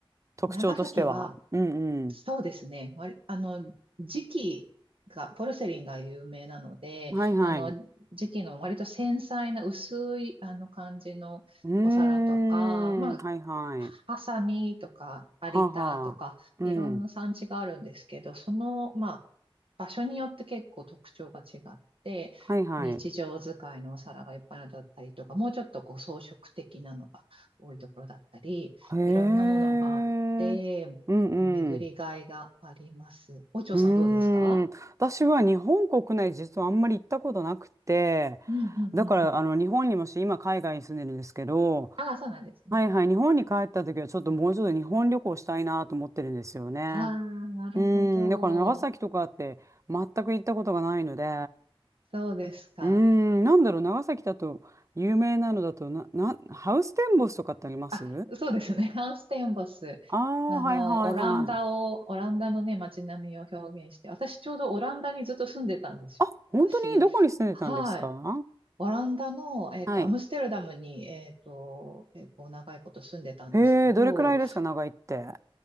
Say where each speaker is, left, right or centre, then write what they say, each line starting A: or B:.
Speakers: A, on the right (about 35°); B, on the right (about 75°).
A: 特徴としては。
B: 長崎は、
A: うん
B: そうですね。わりあの、磁器が、ポルセリンが有名なので、
A: うん。はいはい。
B: あの、
A: う
B: 磁器の割と繊細な薄い、あの、感じのお皿とか、
A: ーん。
B: ま
A: はいはい。
B: ハサミとか、有田とか、
A: はあはあ。
B: いろんな産地があるんですけど、
A: うん。
B: その、まあ、場所によって結構特徴が違って、
A: はいはい。
B: 日常使いのお皿がいっぱいのだったりとか、もうちょっとこう装飾的なのが多いところだったり、
A: へえ。
B: いろんなものがあって、
A: うんうん。
B: 巡りがいがあります。お嬢さんどうですか
A: うーん、私は日本国内実はあんまり行ったことなくて、
B: うんうんうんうん。
A: だからあの日本にもし今海外に住んでるんですけど、
B: ああ、そうなんですね。
A: はいはい、日本に帰った時はちょっともうちょっと日本旅行したいなと思ってるんですよね。
B: ああ、なるほど。
A: うーん、だから長崎とかって全く行ったことがないので、
B: そうですか。
A: うーん、なんだろう、長崎だと有名なのだとな、な、ハウステンボスとかってあります
B: あ、そうですね。<laughs> ハウステンボス。
A: ああー、
B: あの、
A: はいはいはい。
B: オランダを、オランダのね、街並みを表現して、私ちょうどオランダにずっと住んでたんですよ。
A: あ、本当にどこに住んでたんですか
B: 昔。はい。オランダの、えっと、
A: はい。
B: アムステルダムに、えっと、結構長いこと住んでたんですけど、
A: へえ、どれくらいですか、長いって。